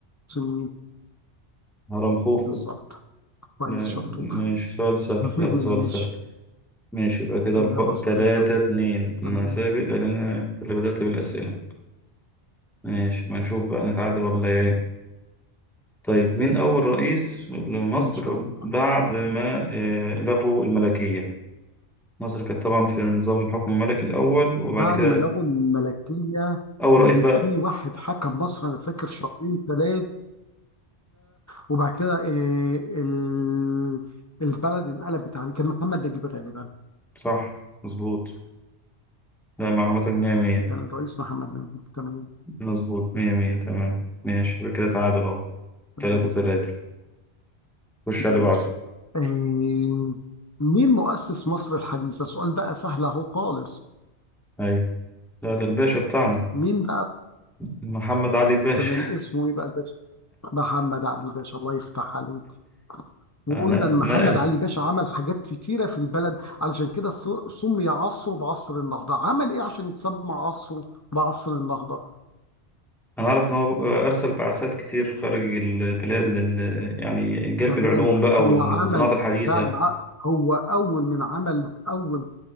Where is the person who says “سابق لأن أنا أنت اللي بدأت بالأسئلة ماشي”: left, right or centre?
Centre